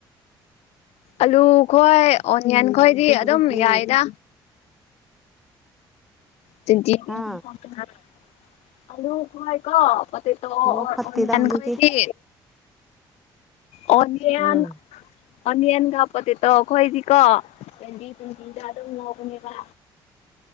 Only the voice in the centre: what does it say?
ꯍꯧꯖꯤꯛꯇꯤ
ꯍꯥ
ꯅꯦꯠꯋꯥꯛ ꯐꯠꯇꯦꯗ
ꯍꯧꯖꯤꯛꯇꯤ
ꯎꯝ